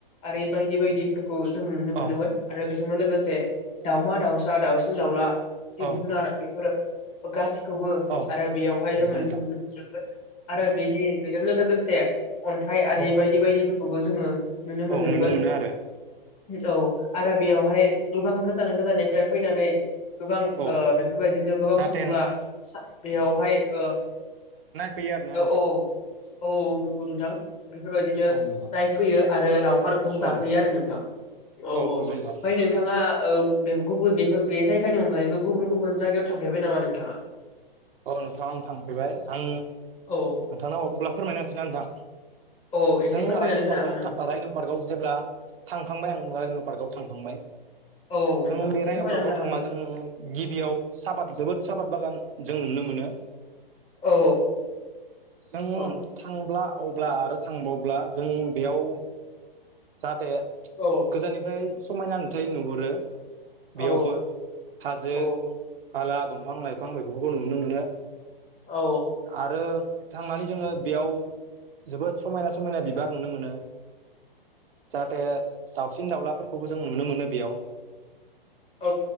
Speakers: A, on the left; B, on the right.
A: आरो बायदि बायदिफोरखौ जों
B: औ
A: दोंमोन आरो बेजोंनो लोगोसे दाावमा दाउसा दाावउसिन दाउला जिब
B: औ
A: बिुनार बे फोर गाससिखौबो
B: औ
A: आरो बेयावहाय
B: नंगौ
A: जोङो
B: नोंथां औ नंगौ नोंथां
A: नुनो आरो बेनि बेजोंनो लोगोसे अन्थाइ आरि
B: औ
A: बायदि बायदिफोरखौबो जोङो नुनो मोनदोंमोन।
B: औ मोनो आरो
A: औ आरो बेयावहाय गोबां गोजान गोजाननिफ्राय फैनानै गोबां ओ
B: औ
A: बेफोरबायदिनो गोबां
B: जाहाथे
A: सुबुङा बेयावहाय ओ
B: फैयो आरो ना नोंथां।
A: औ औ औ नंगौ नोंथां बेफोरबायदिनो
B: औ नोंथां
A: नायफैयो। आरो लावखार ओंखाम जाफैयो
B: औ
A: आरो नोंथां। औ‌ औ
B: नंगौ
A: ओमफ्राय
B: नोंथां
A: नोंथाङा गुबुन बेफोर बे जायगानि अनगायैबो गुबुन गुबुन जायगायाव थांफेरबाय नामा नोंथाङा?
B: अ नोंथां आं थांफेरबाय आं
A: औ
B: नोंथांनाव अब्ला फोरमायनोसैना नोंथां।
A: औ एसे
B: जों
A: फोरमायनानै
B: रायन'
A: होनो
B: पार्कआव
A: हागोन नामा
B: रायन' पार्कआव जेब्ला थांखांबाय आं रायन' पार्कआव थांखांबाय?
A: औ औ नोंथां
B: जों बे
A: एसे
B: रायन'
A: फोरमायना
B: पार्कआव
A: होना
B: थांबा
A: होदो
B: जों गिबियाव साहाबाद जोबोद साबाद बागान जों नुनो मोनो।
A: औ
B: जों
A: औ
B: थांब्ला अब्ला आरो थांबावब्ला जों बेयाव जाहाथे
A: औ
B: गोजाननिफ्राय समायना नुथाय नुहुरो। बेयावबो
A: औ
B: हाजो
A: औ
B: हाला दंफां-लाइफां बेफोरखौ नुनो मोनो।
A: औ
B: आरो थांनानै जोङो बेयाव जोबोद समायना समायना बिबार नुनो मोनो। जाहाथे दाउसिन दाउलाफोरखौबो जों नुनो मोनो बेयाव।
A: औ